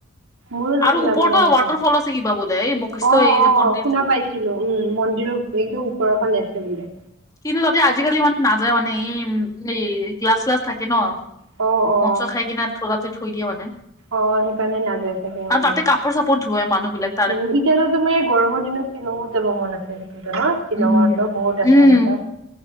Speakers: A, on the right; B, on the left.
A: মোৰো তাতে
B: আৰু
A: যাব
B: ওপৰতো
A: মন আছিল,
B: ৱাটাৰ ফল আছে কিবা বোলে এই বশিষ্ঠ
A: অ'
B: এই
A: অ'
B: যে মন্দিৰটো
A: শুনা পাইছো। উম, মন্দিৰৰ একদম ওপৰৰ ফালে আছে বোলে।
B: কিন্তু তাতে আজিকালি মানে নাযায় মানে, এই এ' গ্নিলাছ চিলাছ থাকে ন।
A: অ', অ',
B: মট - চট খাই কিনে ভুলতে থৈ দিয়ে মানে।
A: অ' সেইকাৰণে নাযায় চাগে। উম।
B: তাতে কাপোৰ চাপোৰ ধু মানুহবিলাক
A: উম, এতিয়াতো তোমাৰ গৰমৰ দিনত শ্বিলঙত যাব মন আছে কিন্তু ন শ্বিলঙতো
B: উম
A: বহুত
B: উম
A: আছে এনেকুৱা